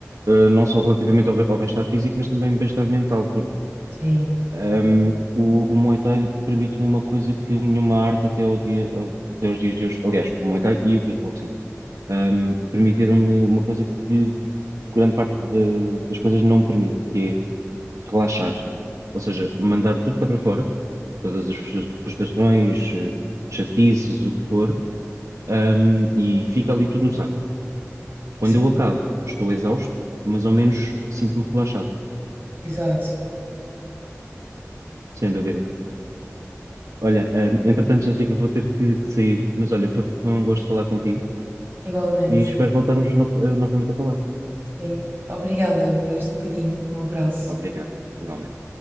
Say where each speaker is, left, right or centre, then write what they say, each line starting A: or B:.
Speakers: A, on the right (about 75°); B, on the right (about 40°).
A: eh, não só relativamente ao, be- ao bem-estar físico, mas também bem-estar mental, porque
B: Sim,
A: um, o, o Muay Thai permite-me uma coisa que nenhuma arte até, ao dia, ao- até aos dias de hoje, aliás, o Muay Thai e o kickboxing, um, permitiram-me uma coisa que grande parte de- das coisas não permite, que é relaxar. Ou seja, mandar tudo cá para fora, todas as frus- frustrações, eh, chatices, o que for, ahm, e fica ali tudo no saco.
B: sim,
A: Quando eu acabo, estou exausto, mas ao menos sinto-me relaxado,
B: exato.
A: sem dúvida. Olha, ahm, entretanto, já fica, vou ter que, que sair, mas olha, foi, foi um gosto falar contigo
B: Igualmente,
A: e espero voltarmos no- eh, novamente a falar.
B: sim. Obrigada por este bocadinho. Um abraço.
A: Obrigado, igualmente.